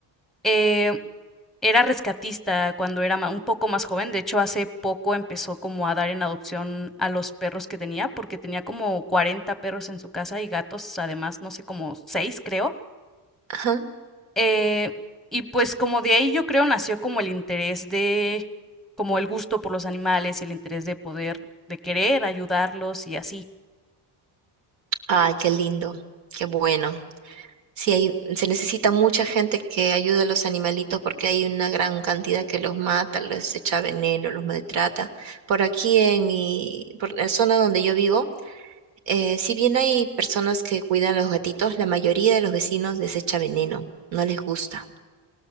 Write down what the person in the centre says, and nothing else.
Eh, Era rescatista cuando era ma un poco más joven, de hecho, hace poco empezó como a dar en adopción a los perros que tenía, porque tenía como 40 perros en su casa y gatos, además, no sé, como 6, creo,
eh, y pues, como de ahí yo creo nació como el interés de como el gusto por los animales, el interés de poder de querer ayudarlos y así.